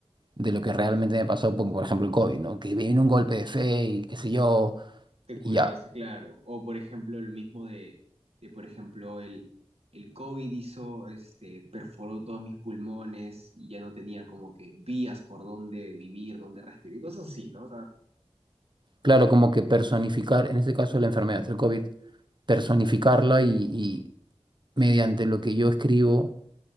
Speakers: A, on the right; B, on the right.
A: de lo que realmente me pasó, como por ejemplo el COVID, ¿no? Que viene un golpe de fe y qué sé yo,
B: te
A: y
B: curaste,
A: ya.
B: claro. O por ejemplo, lo mismo de, de por ejemplo, el, el COVID hizo, este, perforó todos mis pulmones y ya no tenía como que vías por dónde vivir, dónde respirar y cosas así, ¿no? O sea,
A: Claro, como que personificar, en este caso la enfermedad, el COVID, personificarla y y mediante lo que yo escribo